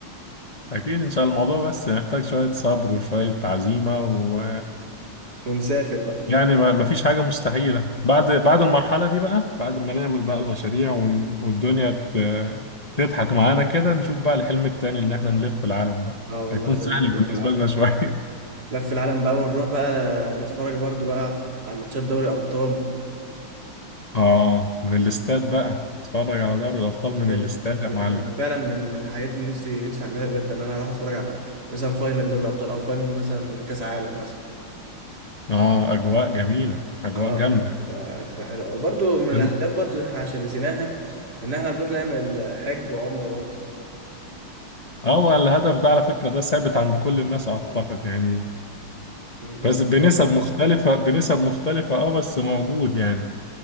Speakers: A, on the left; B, on the right.
A: <laughs> اكيد ان شاء الله الموضوع بس محتاج شوية صبر وشوية عزيمة و
B: ونسافر بقى
A: يعني ما ما فيش حاجة مستحيلة بعد بعد المرحلة دي بقى بعد ما نعمل بقى المشاريع ون... والدنيا ت... تضحك معانا كده نشوف بقى الحلم التاني اللي احنا نلف العالم بقى
B: اه والله
A: هيكون
B: بجد
A: سهل
B: لف
A: بالنسبة
B: العالم
A: لنا شوية
B: لف العالم بقى ونروح بقى نتفرج برضو بقى على ماتشات دوري ابطال
A: <laughs> اه من الاستاد بقى اتفرج على دوري الابطال من
B: بجد
A: الاستاد يا
B: انا
A: معلم
B: فعلا من من حاجات نفسي نفسي اعملها بجد ان انا اروح اتفرج على مثلا فاينل دوري ابطال او فاينل مثلا كاس عالم مثلا
A: اه اجواء جميله اجواء
B: اه
A: جامده
B: يعني هتبقى هتبقى حلوه وبرضو من الاهداف
A: أم-
B: برضو احنا عشان نسيناها ان احنا نروح نعمل حج وعمره برضو
A: اه والهدف ده على فكره ده ثابت عند كل الناس اعتقد يعني
B: مم،
A: بس
B: بس
A: بنسب
B: الموضوع بقى
A: مختلفه
B: صعب.
A: بنسب مختلفه اه بس موجود يعني